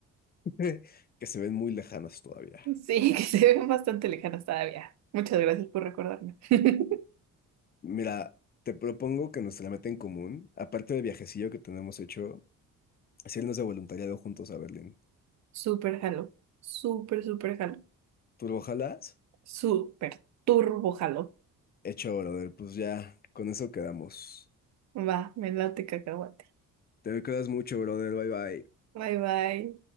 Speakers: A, on the left; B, on the right.
A: dime. <laughs> que se ven muy lejanas todavía.
B: Sí, <laughs> que se ven bastante lejanas todavía. Muchas gracias por recordarme. <laughs>
A: Mira, te propongo que nuestra meta en común, aparte del viajecillo que tenemos hecho, es irnos de voluntariado juntos a Berlín.
B: Súper jalo, súper, súper jalo,
A: ¿Tú lo jalas?
B: súper turbo jalo.
A: Hecho, brother, pues ya, con eso quedamos.
B: Va, me late cacahuate.
A: Te me cuidas mucho, brother, bye bye.
B: Bye, bye.